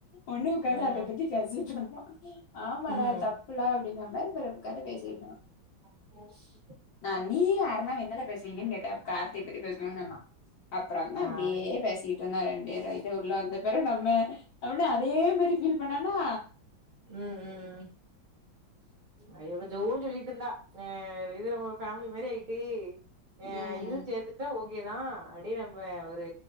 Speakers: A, on the left; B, on the right.
A: ஒண்ணுவுக்காந்து
B: ம்
A: அத பத்தி பேசிட்ருக்கணுமா ஆமாலா
B: ம்
A: தப்புலா அப்படிங்கிற மாரி ஒரு கத பேசிருந்தா
B: <unintelligible>
A: நா நீயு அருணு என்னல பேசுவீங்கன்னு கேட்டே அதுக்கு அவ கார்த்தி பத்தி பேசுனோண்னு சொன்னா அப்பற என்ன
B: ஆ
A: பேசிட்ருந்தா ரெண்டர் இத உள்ள அந்த பேரு நம்ம அவன அதே மாரி ஃபீல் பண்ணானா
B: ம் ம் ம்
A: உ
B: ஆ இவ ஜோவு சொல்லிட்ருந்தா அ இது நம்ம ஒரு ஃபேமிலி மாரி ஆயிட்டு ஆ
A: ம்
B: இது சேந்து இது ஓகேதா அப்டே நம்ம ஒரு